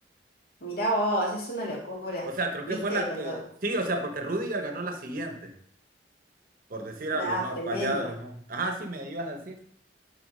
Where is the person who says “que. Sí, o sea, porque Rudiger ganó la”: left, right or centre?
Right